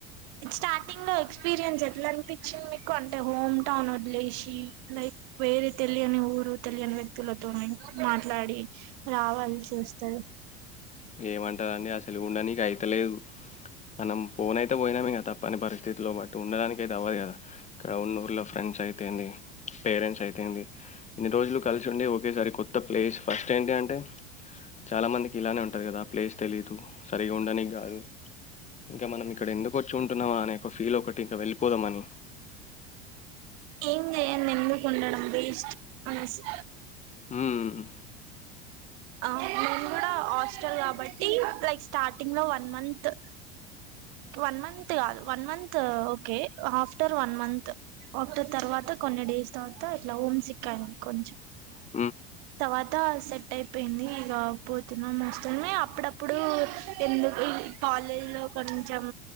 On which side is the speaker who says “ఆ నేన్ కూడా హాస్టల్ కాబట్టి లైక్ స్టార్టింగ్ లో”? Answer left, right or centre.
Right